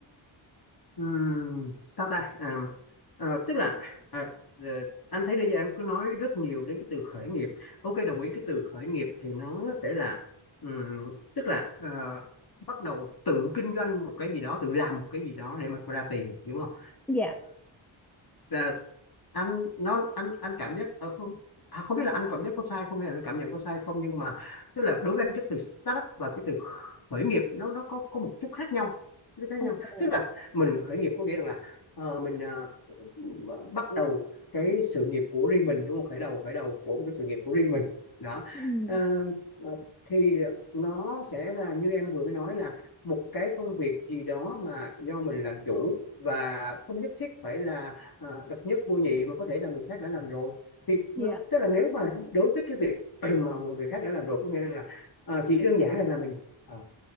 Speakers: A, on the left; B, in the centre.
A: Ừm, sao ta à, ờ, tức là à, ờ, anh thấy bây giờ em cứ nói rất nhiều đến cái từ khởi nghiệp ok đồng ý cái từ khởi nghiệp thì nó sẽ là ừm, tức là ờ, bắt đầu tự kinh doanh một cái gì đó tự làm một cái gì đó để mà ra tiền đúng không
B: dạ
A: à, anh nó anh anh cảm giác ờ, không à, không biết là anh cảm giác có sai không hay là anh cảm nhận có sai không nhưng mà tức là đối với anh cái từ startup và cái từ khởi nghiệp nó nó có có một chút khác nhau nó khác
B: ồ
A: nhau tức là mình khởi nghiệp có nghĩa rằng là ờ, mình ờ, bắt đầu cái sự nghiệp của riêng mình đúng không khởi đầu khởi đầu của một cái sự nghiệp của riêng mình đó
B: ừ
A: Ờ, ờ, thì nó sẽ là như em vừa mới nói là một cái công việc gì đó mà do mình làm chủ và không nhất thiết phải là à, độc nhất vô nhị mà có thể là người khác đã làm rồi thì
B: dạ
A: nó tức là nếu mà đối với cái việc <clears throat> mà người khác đã làm rồi có nghĩa là à, chỉ đơn giản rằng là mình à,